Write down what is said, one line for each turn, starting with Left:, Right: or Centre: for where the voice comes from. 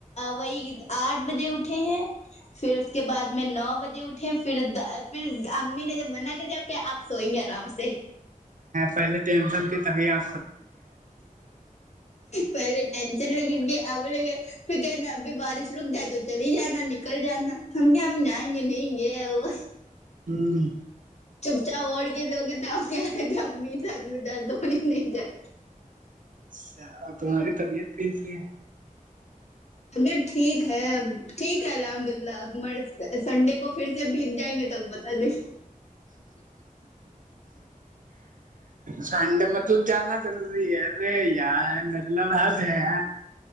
Left: وہی آٹھ بجے اٹھے ہیں پھر اس کے بعد میں نو بجے اٹھ پھر پھر امی نے جب من کر اب کیا آپ سوئیں گے آرام سے
Right: پہلے ٹینشن تھی تبھی آ
Left: پہلے ٹین چل ل ا لے پھر کہ ن ابھی بارش رک جائے تو چل ہی جانا نکل جانا ہم کیا ہم جائیں گے نہیںیں گے وہ
Right: ہوں
Left: چپچاپ اڑ کے جوؤ گ د ہم کہے ت امی سر میں درد ہوڑی نہیں جائے
Right: اچھا اور تمہاری طبیعت کیسی ہے
Left: اب ٹھیک ہے ٹھیک ہے الحمد للہ اب مر سنڈے کو پھر سے بھیگ جائیں گے تو بتا دیں
Right: سڈ مت تو جانا ضروری ہے ارے یار آات ہے